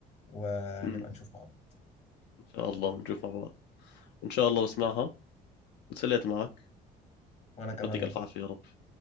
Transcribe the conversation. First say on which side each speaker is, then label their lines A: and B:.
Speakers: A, on the left (about 40°); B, on the left (about 80°).
A: ونبقى
B: امم
A: نشوف مع بعض
B: ان شاء الله بنشوف مع بعض ان شاء الله بسمعها وتسليت معك
A: وانا كمان
B: يعطيك
A: والله
B: الف عافيه يا رب